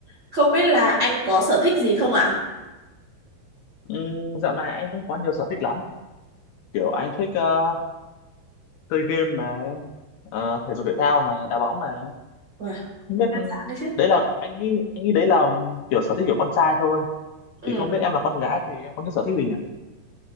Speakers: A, on the right; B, on the left.
A: Không biết là anh có sở thích gì không ạ?
B: Ừm, dạo này anh cũng có nhiều sở thích lắm kiểu anh thích ờ, chơi game này ờ, thể dục thể thao này đá bóng này
A: Wow,
B: không biết
A: đa dạng đấy chứ.
B: đấy là anh nghĩ anh nghĩ đấy là kiểu sở thích của con trai thôi
A: Ừ.
B: thì không biết em là con gái thì em có những sở thích gì nhỉ